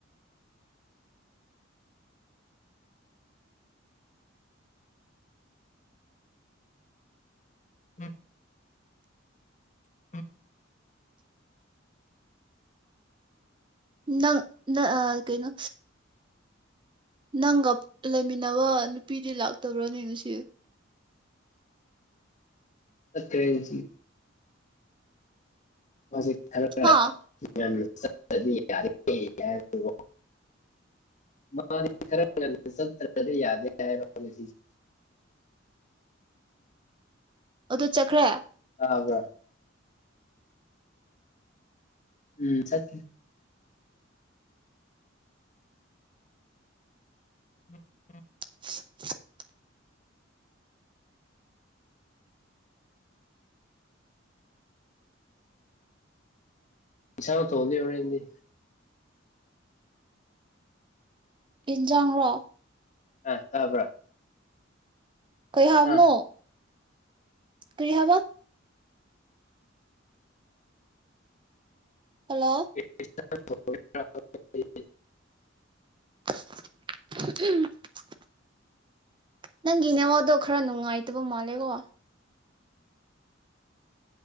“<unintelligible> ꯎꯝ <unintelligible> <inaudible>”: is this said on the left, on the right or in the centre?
Left